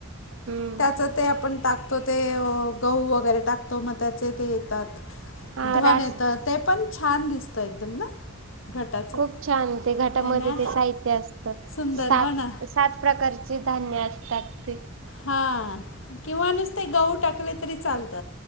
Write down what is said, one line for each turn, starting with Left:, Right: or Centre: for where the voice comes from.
Right: हम्म
Left: त्याच ते आपण टाकतो ते, अ गहू वगैरे टाक तो. मग त्याचे ते येतात.
Right: हा
Left: धन
Right: रास
Left: येतं! ते पण छान दिसतं एकदम ना? घटाचं
Right: खूप छान! ते घटामधे
Left: है ना
Right: ते साहित्य असतं.
Left: सुंदर
Right: सात
Left: हो ना
Right: सात प्रकारची धान्य असतात ते.
Left: हा, किंवा नुसते गहू टाकले तरी चालत.